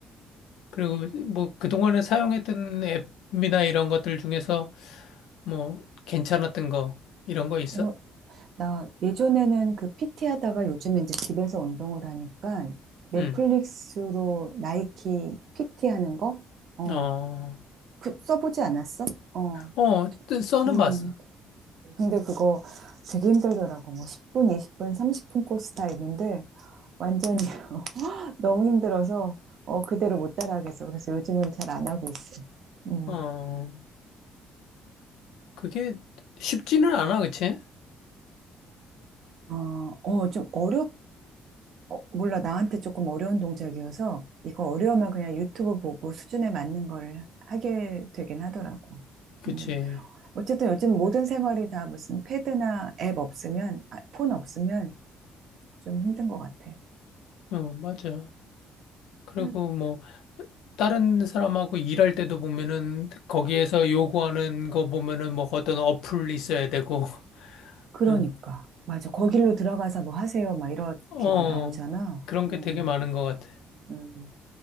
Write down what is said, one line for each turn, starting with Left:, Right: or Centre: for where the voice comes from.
Left: 그리고 뭐 그동안에 사용했던 앱이나 이런 것들 중에서 뭐 괜찮았던 거 이런 거 있어?
Right: 어, 나 예전에는 그 PT 하다가 요즘 이제 집에서 운동을 하니까 넷플릭스로
Left: 응.
Right: 나이키 PT 하는 거? 어,
Left: 어.
Right: 그 써보지 않았어? 어,
Left: 어, 뜨- 써는
Right: 음.
Left: 봤어.
Right: 근데 그거 되게 힘들더라고. 뭐 10분, 20분, 30분 코스 다 있는데 완전 <laughs> 너무 힘들어서 어, 그대로 못 따라하겠어. 그래서 요즘은 잘 안 하고 있어. 음.
Left: 어, 그게 쉽지는 않아, 그치?
Right: 어, 어, 좀 어렵, 어, 몰라, 나한테 조금 어려운 동작이어서 이거 어려우면 그냥 유튜브 보고 수준에 맞는 걸 하게 되긴 하더라고.
Left: 그치.
Right: 음, 어쨌든 요즘 모든 생활이 다 무슨 패드나 앱 없으면, 아, 폰 없으면 좀 힘든 것 같아.
Left: 어, 맞아. 그리고
Right: 음.
Left: 뭐, 다른 사람하고 일할 때도 보면은, 거기에서 요구하는 거 보면은, 뭐, 어떤 어플이 있어야 되고,
Right: 그러니까.
Left: <laughs>
Right: 맞아. 거길로 들어가서 뭐 하세요. 막 이렇게도
Left: 어,
Right: 나오잖아.
Left: 그런
Right: 음,
Left: 게 되게 많은 것 같아.
Right: 음.